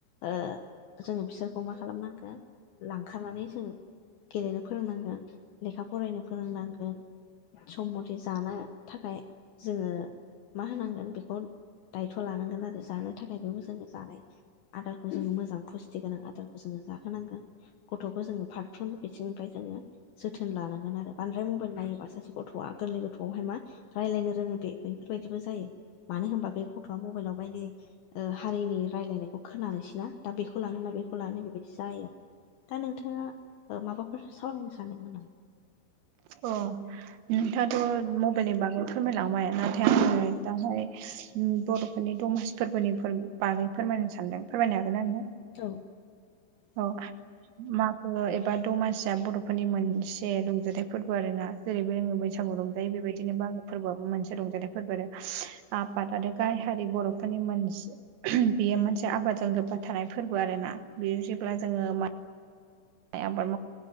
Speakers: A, on the left; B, on the right.
A: ओ जोङो बिसोरखौ मा खालामनांगोन लांखारनानै जों गेलेनो फोरोंनांगोन लेखा फरायनो फोरोंनांगोन सम मथे जानो थाखाय जोङो मा होनांगोन बेखौ दायथ' लानांगोन आरो जानो थाखायबो मोजां जानाय आदारखौ जोङो मोजां फुस्ति गोनां आदारखौ जोङो जाहोनांगोन गथ'खौ जोङो फारफ्रोमबो बि थिंनिफ्राय जोङो जोथोन लानांगोन आरो बांद्राय मबाइल नायोबा सासे गथ'आ गोरलै गथ'आवहाय मा राय्लायनो रोङो बे बेफोरबायदिबो जायो मानो होनबा बे गथ'आ मबाइलाव बायदि ओ हारिनि रायलायनाय खोनानोसैना दा बेखौ लाना बेखौ लानो बेबायदि जायो आरो दा नोंथाङा माबाफोर सावरायनो सानदोंमोन नामा
B: अ नोंथाङाथ' मबाइलनि बागै फोरमायलांबाय नाथाय आङो दा मफ्राय बर'फोरनि दमासि फोरबोनि बागै फोरमायनो सानदों फोरमायनो हागोन ना नङो
A: औ
B: औ मागो एबा दमासिया बर'फोरनि मोनसे रंजाथाइ फोरबो आरो ना जेरैबो रोङो बैसागु रंजायो बेबायदिनोबो बा फोरबोआबो मोनसे रंजानाय फोरबो आरो आफाद आरो गाय हारि बर'फोरनि मोनसे बेयो मोनसे आबादजों लोब्बा थानाय फोरबो आरो ना बे जेब्ला जोङो म माइ आबाद